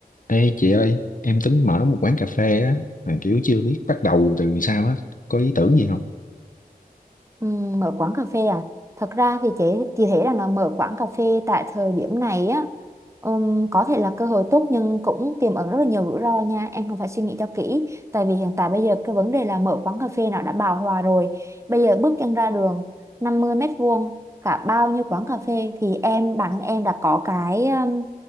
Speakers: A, on the left; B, on the right.
A: Ê chị ơi, em tính mở một quán cà phê á, mà kiểu chưa biết bắt đầu từ sao á, có ý tưởng gì không?
B: Ừm, mở quán cà phê à thật ra thì chị chị thấy rằng là mở quán cà phê tại thời điểm này á ừm, có thể là cơ hội tốt nhưng cũng tiềm ẩn rất là nhiều rủi ro nha em cần phải suy nghĩ cho kỹ tại vì hiện tại bây giờ cái vấn đề là mở quán cà phê nó đã bão hòa rồi bây giờ bước chân ra đường 50 mét vuông cả bao nhiêu quán cà phê thì em bản thân em đã có cái ừm,